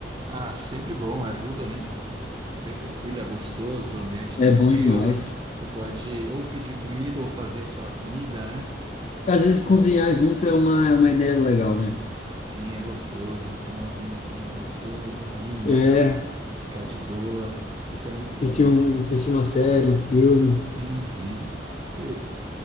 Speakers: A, on the right; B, on the left.
A: Ah, sempre bom, ajuda, né? É bem tranquilo, é gostoso, ambiente
B: É
A: tranquilo.
B: bom demais.
A: Você pode ou pedir comida ou fazer a sua comida, né?
B: Às vezes cozinhar junto é uma, é uma ideia legal, né?
A: Sim, é gostoso. Tomar um vinhozinho gostoso ali,
B: É,
A: né? Ficar de boa. Isso é muito bom.
B: Assistir um, assistir uma série, um filme.
A: Uhum. Você,